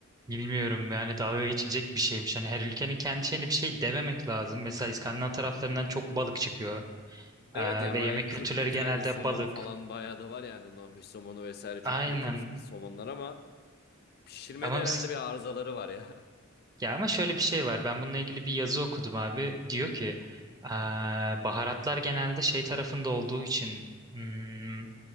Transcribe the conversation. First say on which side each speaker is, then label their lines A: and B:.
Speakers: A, on the right; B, on the left.
A: Bilmiyorum yani dalga geçilecek bir şeymiş. Hani her ülkenin kendi şeyine bir şey dememek lazım. Mesela İskandinav taraflarından çok balık çıkıyor.
B: Evet
A: Ee,
B: yani
A: ve
B: bayağı
A: yemek
B: kült,
A: kültürleri
B: güzel
A: genelde
B: bir somonu
A: balık.
B: falan bayağı da var yani Norveç somonu vesaire çok
A: Aynen.
B: kaliteli somonlar ama pişirmede
A: Ama
B: herhalde
A: mesela
B: bir arızaları var ya.
A: Ya ama şöyle bir şey var. Ben bununla ilgili bir yazı okudum abi. Diyor ki "Aa, baharatlar genelde şey tarafında olduğu için hmm,